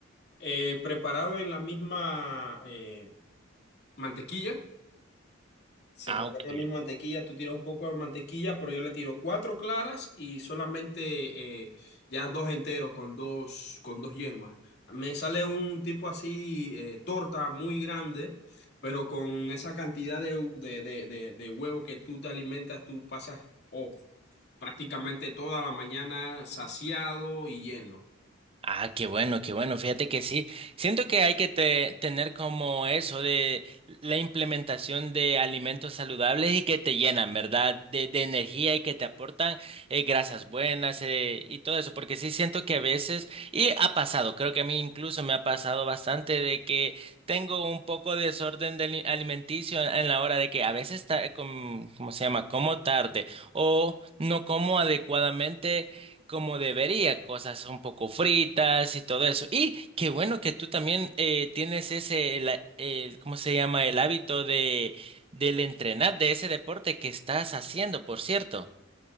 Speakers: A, on the left (about 55°); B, on the right (about 30°).
A: Eh, preparado en la misma eh, mantequilla. Se
B: Ah,
A: prepara
B: ok.
A: la misma mantequilla, tú tiras un poco de mantequilla, pero yo le tiro cuatro claras y solamente eh, ya dos enteros con dos, con dos yemas. Me sale un tipo así, eh, torta muy grande, pero con esa cantidad de, hu- de, de, de- de huevo que tú te alimentas, tú pasas oh, prácticamente toda la mañana saciado y lleno.
B: Ah, qué bueno, qué bueno. Fíjate que sí. Siento que hay que te- tener como eso de la implementación de alimentos saludables y que te llenan, ¿verdad? De, de energía y que te aportan eh, grasas buenas eh, y todo eso. Porque sí siento que a veces, y ha pasado, creo que a mí incluso me ha pasado bastante de que tengo un poco de desorden de ali- alimenticio en la hora de que a veces, ta- com- ¿cómo se llama? Como tarde o no como adecuadamente como debería, cosas un poco fritas y todo eso. Y qué bueno que tú también eh, tienes ese, el, el- ¿cómo se llama? El hábito de, del entrenar de ese deporte que estás haciendo, por cierto.